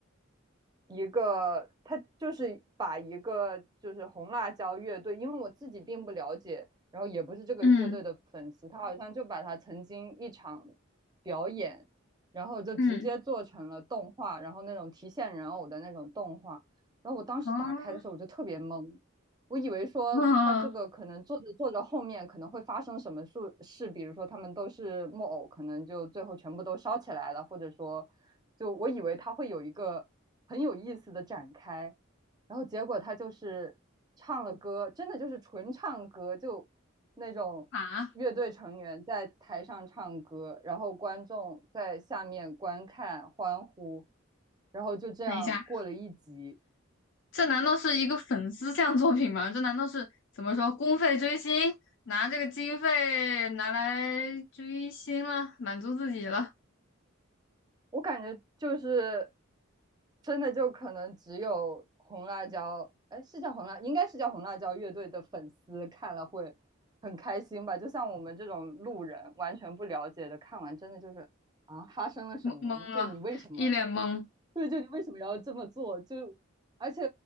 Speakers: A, on the right; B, on the left.
A: 一个他就是把一个就是红辣椒乐队，因为我自己并不了解，然后也不是这个乐队的粉丝，
B: 嗯
A: 他好像就把他曾经一场表演，然后就直接做成了动画，
B: 嗯
A: 然后那种提线人偶的那种动画，然后我当时打开的时候我就特别懵，
B: 啊
A: 我以为说他这个可能做着做着后面可能会发生什么事事，
B: 啊
A: 比如说他们都是木偶，可能就最后全部都烧起来了，或者说，就我以为他会有一个很有意思的展开，然后结果他就是唱了歌，真的就是纯唱歌，就那种乐队成员在台上唱歌，
B: 啊！
A: 然后观众在下面观看欢呼，然后就这样过了一集。
B: 等一下，这难道是一个粉丝向作品吗？这难道是怎么说公费追星，拿这个经费拿来追星了，满足自己了？
A: 我感觉就是真的就可能只有红辣椒，哎，是叫红辣，应该是叫红辣椒乐队的粉丝看了会很开心吧。就像我们这种路人完全不了解的，看完真的就是啊，发生了什么？
B: 懵懵了，
A: 就你为什么
B: 一脸懵
A: 对，就你为什么要这么做？就而且